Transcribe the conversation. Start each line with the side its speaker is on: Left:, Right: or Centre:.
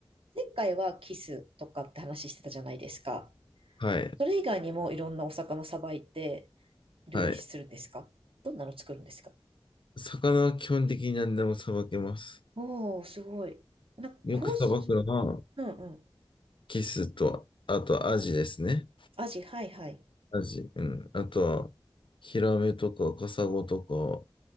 Right: 前回はキスとかって話してたじゃないですか。
Left: はい。
Right: それ以外にもいろんなお魚さばいて料理するんですかどんなの作るんですか
Left: はい。魚は基本的に何でもさばけます。
Right: おー、すごい。な、
Left: よくさばくのは、
Right: コース、うんうん。
Left: キスと、あとアジですね。
Right: アジ、はいはい。
Left: アジ。うん。あとは、ヒラメとか、カサゴとか、